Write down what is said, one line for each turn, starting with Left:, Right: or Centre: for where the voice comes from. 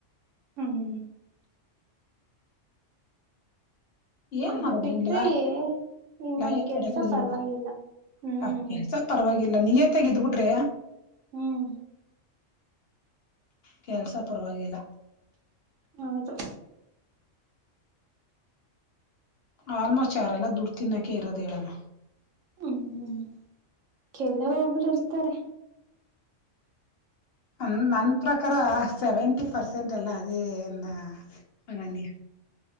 Right: ಹ್ಮ್
Left: ಏನ್
Right: ಅದು
Left: ಮಾಡುದ್ರಿನ್ಲಾ
Right: ಬಿಟ್ರೆ ಇನ್
Left: ಲಯ
Right: ನಮ್ ಕೆಲ್ಸ
Left: ಪಡಕೊದಿರ್ಬೇಕು.
Right: ಪರವಾಗಿಲ್ಲ ಹ್ಮ್
Left: ಹ ಕೆಲ್ಸ ಪರವಾಗಿಲ್ಲ ನೀಯತ್ತಾಗಿದ್ಬಿಟ್ರೆ
Right: ಹ್ಮ್
Left: ಕೆಲ್ಸ ಪರ್ವವಾಗಿಲ್ಲ.
Right: ಹೌದು.
Left: ಆಲ್ಮೋಸ್ಟ್ ಅವರೆಲ್ಲ ದುಡ್ಡು ತಿನ್ನಕ್ಕೆ ಇರೋದ್ ಹೇಳಮ್ಮ.
Right: ಹ್ಮ್ ಕೆಲವೊಬ್ರು ಇರ್ತಾರೆ.
Left: ಅನ್ ನನ್ ಪ್ರಕಾರ ಸೆವೆಂಟಿ ಪರ್ಸೆಂಟ್ ಎಲ್ಲ ಅದೇ <unintelligible>